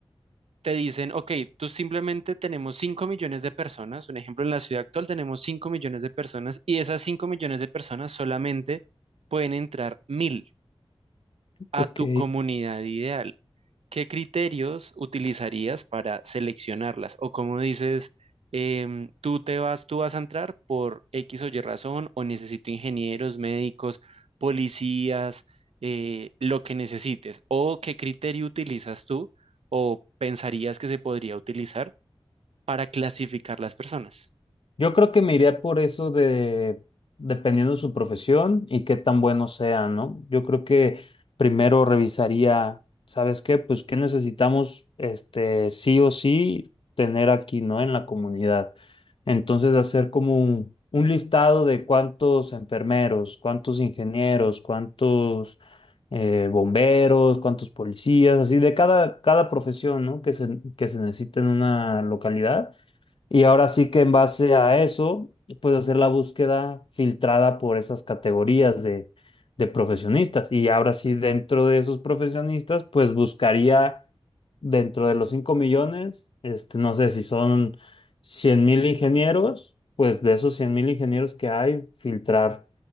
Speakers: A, on the right (about 85°); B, on the left (about 60°).
A: te dicen, ok, tú simplemente tenemos 5 millones de personas, un ejemplo, en la ciudad actual tenemos 5 millones de personas y esas 5 millones de personas solamente pueden entrar mil a
B: ok.
A: tu comunidad ideal. ¿qué criterios utilizarías para seleccionarlas? O como dices, em, tú te vas, tú vas a entrar por X o Y razón, o necesito ingenieros, médicos, policías, eh, lo que necesites. ¿O qué criterio utilizas tú o pensarías que se podría utilizar para clasificar las personas?
B: Yo creo que me iría por eso de, dependiendo de su profesión y qué tan bueno sea, ¿no? Yo creo que primero revisaría, ¿sabes qué? Pues qué necesitamos, este, sí o sí, tener aquí, ¿no? En la comunidad. Entonces, hacer como un, un listado de cuántos enfermeros, cuántos ingenieros, cuántos eh, bomberos, cuántos policías, así de cada, cada profesión, ¿no? Que se, que se necesita en una localidad y ahora sí que en base a eso, puedes hacer la búsqueda filtrada por esas categorías de, de profesionistas. Y ahora sí, dentro de esos profesionistas, pues buscaría dentro de los 5 millones, este, no sé si son 100 mil ingenieros, pues de esos 100 mil ingenieros que hay, filtrar